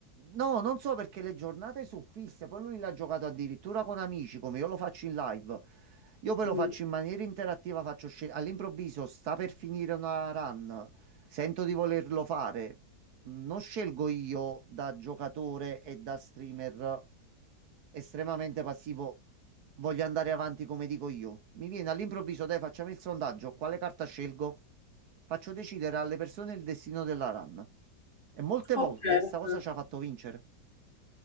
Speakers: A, on the right; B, on the left.
A: No, non so perché le giornate sono fisse, poi lui l'ha giocato addirittura con amici, come io lo faccio in live. Io poi lo
B: Mm.
A: faccio in maniera interattiva, faccio scel- all'improvviso sta per finire una run, sento di volerlo fare, Mm, non scelgo io da giocatore e da streamer estremamente passivo. Voglio andare avanti come dico io. Mi viene all'improvviso, dai, facciamo il sondaggio. Quale carta scelgo? Faccio decidere alle persone il destino della run. E molte
B: Ok.
A: volte sta
B: ok.
A: cosa ci ha fatto vincere.